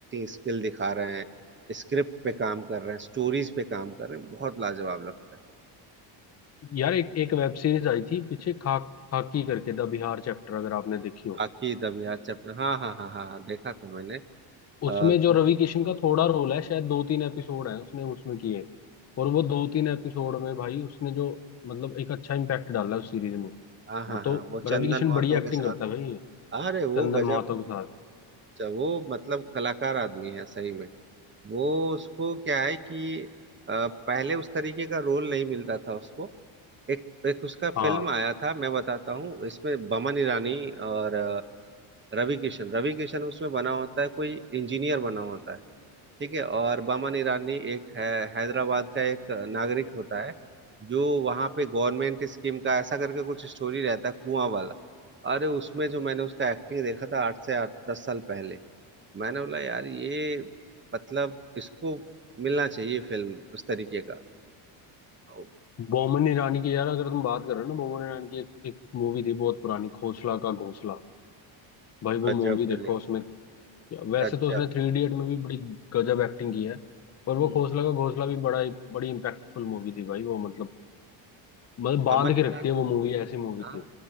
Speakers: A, on the right (about 25°); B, on the left (about 30°).
A: स्किल दिखा रहे हैं स्क्रिप्ट पे काम कर रहे हैं स्टोरीज पे काम कर रहे हैं बहुत लाजवाब लगता है
B: यार एक एक वेब सीरीज आई थी पीछे खा खाकी करके द बिहार चैप्टर अगर आपने देखी हो
A: आखिर अभियान चैप्टर हाँ हाँ हाँ हाँ हाँ, देखा था मैंने अ,
B: उसमें
A: तो-
B: जो रवि किशन का थोड़ा रोल है शायद दो तीन एपिसोड है उसने उसमें किए और वो दो तीन एपिसोड में भाई उसने जो मतलब एक अच्छा इम्पैक्ट डाला उस सीरीज में
A: हाँ हाँ
B: वो तो
A: हाँ वो चंदन
B: रवि किशन
A: महतो
B: बढ़िया एक्टिंग
A: के साथ
B: करता है भाई
A: अरे वो
B: चंदन
A: गजब
B: महातो के साथ
A: वो मतलब कलाकार आदमी है सही में वो उसको क्या है कि अ, पहले उस तरीके का रोल नहीं मिल रहा था उसको एक एक उसका
B: हाँ
A: फिल्म आया था मैं बताता हूँ इसमें बमन ईरानी और अ, रवि किशन रवि किशन उसमें बना होता है कोई इंजीनियर बना होता है ठीक है और बामन ईरानी एक है हैदराबाद का एक नागरिक होता है जो वहाँ पे गवर्नमेंट स्कीम का ऐसा करके कुछ स्टोरी रहता है कुआं वाला अरे उसमें जो मैंने उसका एक्टिंग देखा था आठ से आठ दस साल पहले मैंने बोला यार ये मतलब इसको मिलना चाहिए फिल्म उस तरीके का ओ,
B: बोमन ईरानी की यार अगर तुम बात कर रहे हो ना बोमन ईरानी की एक, एक मूवी थी बहुत पुरानी खोसला का घोंसला भाई वो
A: गजब
B: मूवी देखो
A: फिल्म
B: उसमें वैसे
A: गजब
B: तो उसने थ्री इडियट में भी बड़ी गजब एक्टिंग की है पर वो
A: हम्म
B: खोसला का घोंसला भी बड़ा बड़ी इम्पैक्टफुल मूवी थी भाई वो मतलब मतलब बांध
A: बमन
B: के
A: ईरानी
B: रखती है वो मूवी ऐसी मूवी
A: हाँ
B: थी